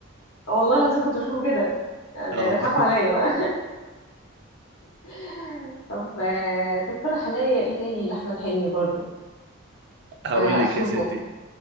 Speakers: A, on the left; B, on the right.
A: والله العظيم كنت بشوفه كده يعني
B: اه
A: يضحكوا عليا بقى <laughs> طب آه، تقترح عليا ايه تاني لاحمد حلمي برضو
B: <laughs> هقول
A: آه،
B: لك
A: اشوفه
B: يا ستي